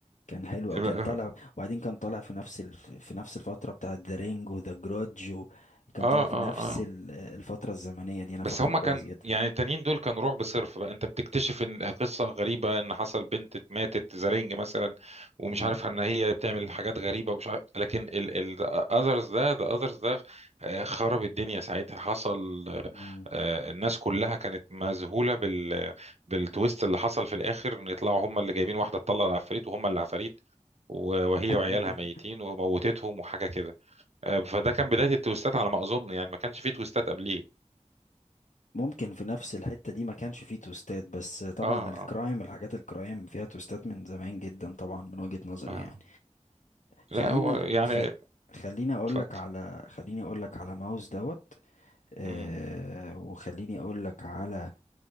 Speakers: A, on the left; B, on the right.
A: كان حلو وكان
B: اه
A: طالع وبعدين كان طالع في نفس الف... في نفس الفتره بتاعه ذا رينج وذا جرودج و... كان
B: اه
A: طالع في نفس
B: اه
A: ال- الفتره الزمنيه دي انا
B: بس
A: فاكره
B: هما
A: كويس
B: كان
A: جدا
B: يعني التانيين دول كانوا رعب صرف بقى انت بتكتشف ان قصة غريبة ان حصل بنت ماتت زرينج مثلا ومش
A: امم
B: عارف ان هي بتعمل حاجات غريبة ومش عارف لكن الاذرز ده ذا اذرز ده آه، خرب الدنيا ساعتها حصل
A: امم
B: آه، الناس كلها كانت مذهولة بال بالتويست اللي حصل في الاخر ان يطلعوا هما اللي جايبين واحدة تطلع العفاريت وهما اللي عفاريت و- وهي وعيالها
A: ايوه
B: ميتين وموتتهم وحاجة كده آه، فده كان بداية التويستات على ما اظن يعني ما كانش فيه تويستات قبليه
A: ممكن في نفس الحته دي ما كانش فيه توستات بس طبعا
B: اه
A: الكرايم
B: اه
A: الحاجات الكرايم فيها توستات من زمان جدا طبعا من وجهه نظري
B: آه.
A: يعني خلينا
B: لا هو يعني
A: خ... خليني اقول
B: اتفضل
A: لك على خليني اقول لك على ماوس دوت آه
B: امم
A: وخليني اقول لك على